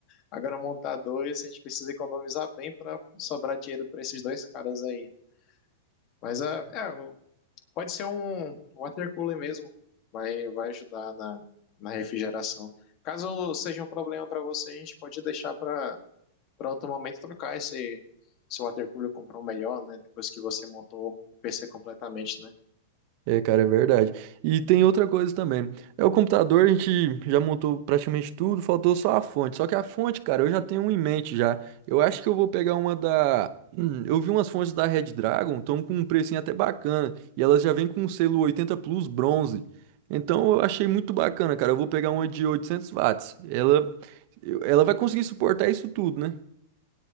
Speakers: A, on the left; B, on the right.
A: Agora montar dois, a gente precisa economizar bem para sobrar dinheiro para esses dois caras aí. Mas é, é, pode ser um um water cooler mesmo, vai, vai ajudar na, na refrigeração. Caso seja um problema para você, a gente pode deixar para para outro momento trocar esse, esse water cooler, comprar um melhor, né? Depois que você montou o PC completamente, né?
B: É, cara, é verdade. E tem outra coisa também. É o computador, a gente já montou praticamente tudo, faltou só a fonte. Só que a fonte, cara, eu já tenho uma em mente já. Eu acho que eu vou pegar uma da. Hum, eu vi umas fontes da Red Dragon, estão com um precinho até bacana. E elas já vêm com um selo 80 Plus bronze. Então eu achei muito bacana, cara. Eu vou pegar uma de 800 watts. Ela, eu- ela vai conseguir suportar isso tudo, né?